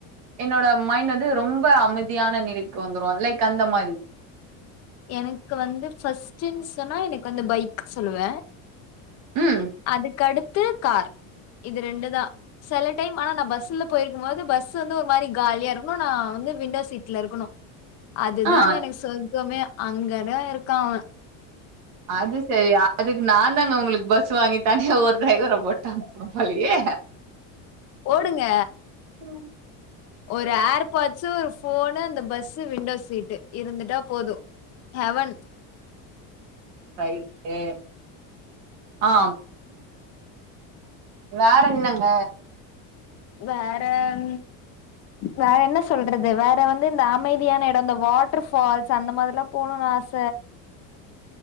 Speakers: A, on the right (about 80°); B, on the left (about 40°).
A: என்னோட மைண்ட் வந்து ரொம்ப அமைதியான நிலைக்கு வந்துரு லைக் அந்த மாரி
B: எனக்கு வந்து ஃபர்ஸ்ட்டுன் சொன்னா எனக்கு வந்து பைக் சொல்லுவ
A: ம்
B: அதுக்கு அடுத்து கார் இது ரெண்டுதா சில டைம் ஆனா நா பஸ்ல போயிருக்கு போது பஸ் வந்து ஒரு மாரி காலியா இருக்கணு நா வந்து விண்டோ சீட்ல இருக்கணு அதுதாங்க
A: ஆ
B: எனக்கு சொர்க்கமே அங்கதா இருக்கா அவ
A: அது சரி அதுக்கு நா தாங்க உங்களுக்கு பஸ் வாங்கி தனியா ஒரு டிரைவர போட்டாங்க போலயே
B: ஓடுங்க.
A: ம்
B: ஒரு ஏர் பாட்சு ஒரு ஃபோனு அந்த பஸ்ஸு விண்டோ சீட்டு இருந்துட்டா போது ஹெவன்
A: ரைட்டு ஆ வேற என்னங்க
B: வேற ம் வேற என்ன சொல்றது வேற வந்து இந்த அமைதியான இடம் இந்த வாட்டர் ஃபால்ஸ் அந்த மாரிலா போணுன் ஆச
A: <inaudible>